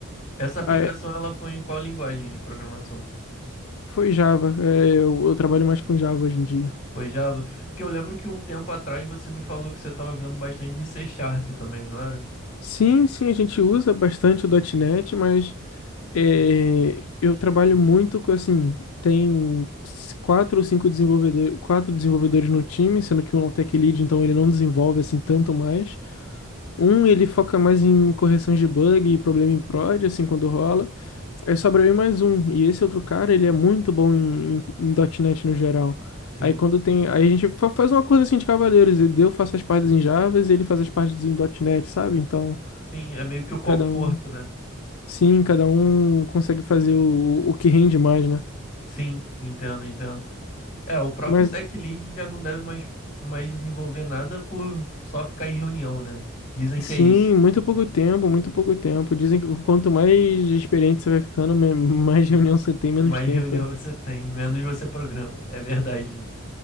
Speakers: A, on the left (about 35°); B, on the left (about 80°).
A: Essa aplicação,
B: Aí,
A: ela foi em qual linguagem de programação?
B: foi Java, é, eu eu trabalho mais com Java hoje em dia.
A: Foi Java? Porque eu lembro que um tempo atrás você me falou que você estava vendo bastante de C Sharp também, não era?
B: Sim, sim, a gente usa bastante o .ponto .NET, mas é, eu trabalho muito com, assim, tem quatro ou cinco desenvolvedores, quatro desenvolvedores no time, sendo que um é o tech lead, então ele não desenvolve, assim, tanto mais. Um, ele foca mais em correções de bug e problema em prod, assim, quando rola. Aí sobra eu e mais um. E esse outro cara, ele é muito bom em, em, em .ponto .NET no geral.
A: Sim.
B: Aí quando tem... Aí a gente fa- faz uma coisa assim de cavaleiros. Eu faço as partes em Java e ele faz as partes em .ponto .NET, sabe? Então...
A: Sim, é meio que o conforto,
B: Cada um.
A: né?
B: Sim, cada um consegue fazer o, o que rende mais, né?
A: Sim, entendo, entendo. É, o próprio
B: Mas
A: Tech Lead já não deve mais, mais desenvolver nada por só ficar em reunião, né? Dizem
B: sim,
A: que é isso.
B: muito pouco tempo, muito pouco tempo. Dizem que quanto mais experiente você vai ficando, me- <laughs> mais
A: M-
B: reunião você tem, menos
A: Mais
B: tempo.
A: reunião <laughs> você tem, menos você programa. É verdade isso.